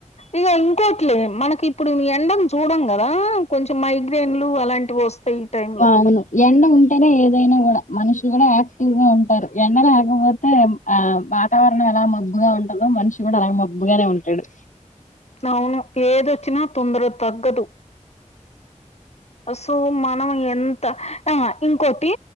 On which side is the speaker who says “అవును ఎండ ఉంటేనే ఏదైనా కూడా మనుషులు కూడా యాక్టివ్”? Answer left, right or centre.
Left